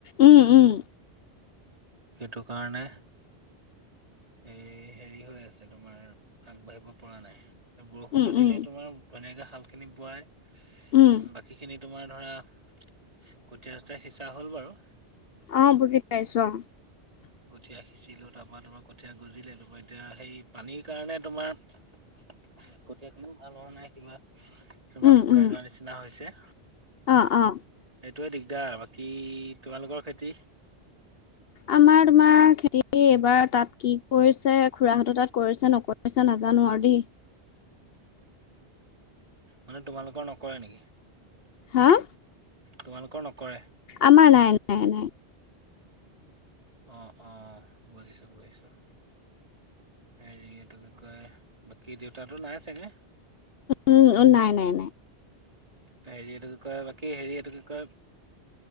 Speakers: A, on the left; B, on the right.
A: উম উম
B: সেইটো কাৰণে এই হেৰি হৈ আছে তোমাৰ আগবাঢ়িব পৰা নাই বৰষুণটো
A: উম উম
B: দিলে তোমাৰ ধুনীয়াকে হাল খিনি বোৱাই
A: উম
B: বাকী খিনি তোমাৰ ধৰা কঠীয়া চতে সিঁচা হল বাৰু
A: অ', বুজি পাইছোঁ অ'
B: কঠীয়া সিঁচিলো তাৰ পৰাা তোমাৰ কঠীয়া গুজিলে তোমাৰ এতিয়া সেই পানীৰ কাৰণে তোমাৰ কঠীয়া খিনি ভাল হোৱা নাই কিবা কিবা
A: উম
B: শুকাই
A: উম
B: যোৱাৰ নিচিনা হৈছে
A: অ' অ'
B: সেইটোয়ে দিগদাৰ বাকী তোমালোকৰ খেতি
A: আমাৰ তোমাৰ খেতি এইবাৰ তাত কি কৰিছে খুৰাহঁতৰ তাত কৰিছে নকৰিছে নাজানো আৰু দেই
B: মান তোমালোকৰ নকৰে নেকি
A: হাঁ
B: তোমালোকৰ নকৰে
A: আমাৰ নাই নাই নাই
B: অ অ বুজিছো বুজিছো হেৰি এটো কি কয় বাকি দেউ তাতো নাই চাগে
A: উম নাই নাই নাই
B: হেৰি এইটো কি কয় বাকী হেৰি এইটো কি কয়